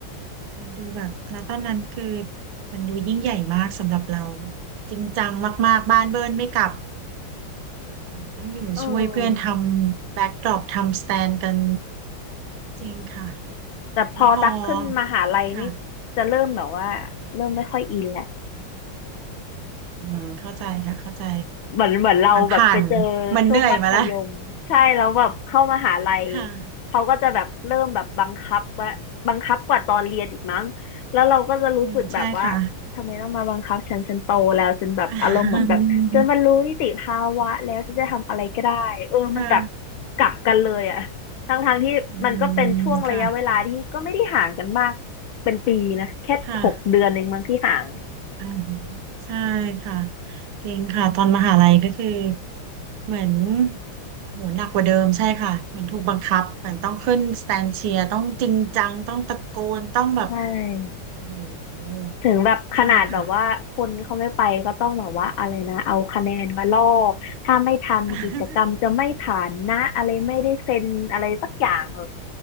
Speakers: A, on the right; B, on the left.
A: มันดูแบบณตอนนั้นคือมันดูยิ่งใหญ่มากสำหรับเราจริงจังมากๆบ้านเบิร์นไม่กลับต้องอยู่ช่วยเพื่อนทำแบ็กดรอปทำสแตนกัน
B: เออ
A: จริงค่ะ
B: แต่พอตักขึ้นมหาลัยนี่
A: แล้วพอค่ะ
B: จะเริ่มแบบว่าเริ่มไม่ค่อยอินแหละ
A: อืมเข้าใจค่ะเข้าใจ
B: เหมือนเหมือนเราแบบไปเจอช่วงมัธยมใช่แล้วแบบเข้ามหาลัย
A: มันผ่านมันเหนื่อยมาแล้วค่ะ
B: เขาก็จะแบบเริ่มแบบบังคับว่าบังคับกว่าตอนเรียนอีกมั้งแล้วเราก็จะรู้สึกแบบว่า
A: อืมใช่ค่ะ
B: ทำไมต้องมาบังคับฉันฉันโตแล้วฉันแบบอารมณ์เหมือนแบบฉันบรรลุนิติภาวะแล้วฉันจะทำอะไรก็ได้เออมันแบบ
A: <laughs> ค่ะ
B: กลับกันเลยอะทั้งทางที่มันก็เป็นช่วงระยะเวลาที่ก็ไม่ได้ห่างกันมาก
A: อืมค่ะ
B: เป็นปีนะแค่หกเดือนเองมั้งที่ห่างเนี่ย
A: ค่ะ อ่าใช่ค่ะจริงค่ะตอนมหาลัยก็คือเหมือนโหหนักกว่าเดิมใช่ค่ะเหมือนถูกบังคับเหมือนต้องขึ้นสแตนเชียร์ต้องจริงจังต้องตะโกนต้องแบบ
B: ใช่
A: โอ้โห
B: ถึงแบบขนาดแบบว่าคนเขาไม่ไปก็ต้องแบบว่าอะไรนะเอาคะแนนมาล่อ
A: ใช่ค่ะ
B: ถ้าไม่ทำกิจกรรมจะไม่ผ่านนะอะไรไม่ได้เซ็นอะไรสักอย่างแบบ
A: <laughs>